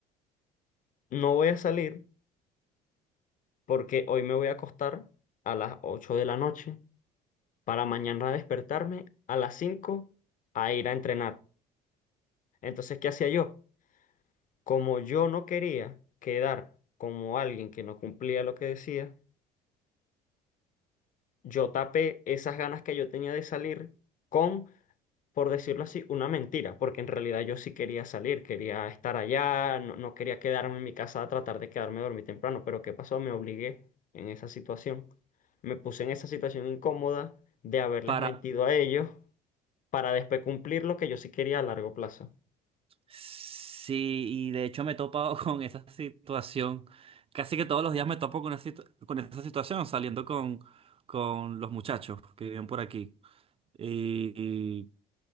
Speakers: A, on the left; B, on the right.
A: no voy a salir porque hoy me voy a acostar a las 8 de la noche para mañana despertarme a las 5 a ir a entrenar. Entonces, ¿qué hacía yo? Como yo no quería quedar como alguien que no cumplía lo que decía, yo tapé esas ganas que yo tenía de salir con, por decirlo así, una mentira, porque en realidad yo sí quería salir, quería estar allá, no, no quería quedarme en mi casa a tratar de quedarme a dormir temprano, pero ¿qué pasó? Me obligué en esa situación, me puse en esa situación incómoda de haberles
B: Para,
A: mentido a ellos para después cumplir lo que yo sí quería a largo plazo.
B: sí, y de hecho me he topado <laughs> con esa situación, casi que todos los días me topo con, una situ- con esa situación saliendo con, con los muchachos que viven por aquí. y